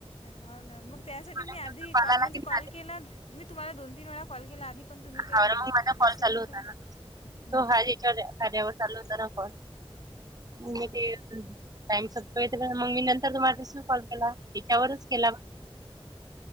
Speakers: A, on the left; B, on the right.
A: होा ना मग त्यासाठी
B: मला
A: मी आधी
B: कॉल
A: कॉ म्हणजे
B: आला की
A: कॉल
B: माझा
A: केला मी तुम्हाला दोन तीन वेळा कॉल केला आधी पण तुम्ही काही
B: हा मग माझा कॉल
A: रिसिव्ह
B: चालू
A: नाही
B: होता
A: केला
B: ना
A: हं,
B: तो
A: हं.
B: हा याच्या कार्यावर.
A: हो
B: मी
A: ना
B: ते टाईम सपतो मग मी नंतर तुम्हा रिसवी कॉल केला. इच्यावरच
A: अच्छा
B: केला.